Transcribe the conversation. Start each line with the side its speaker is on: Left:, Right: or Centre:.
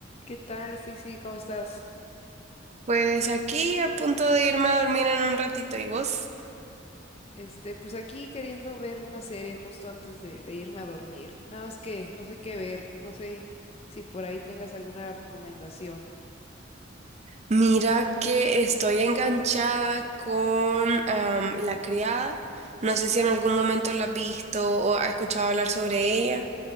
Left: ¿Qué tal, Stacy? ¿Cómo estás?
Right: Pues aquí a punto de irme a dormir en un ratito, ¿y vos?
Left: Este, pues aquí queriendo ver una serie justo antes de, de irme a dormir. Nada más que no sé qué ver, no sé si por ahí tengas alguna recomendación.
Right: Mira que estoy enganchada con am, La Criada. No sé si en algún momento la has visto o has escuchado hablar sobre ella.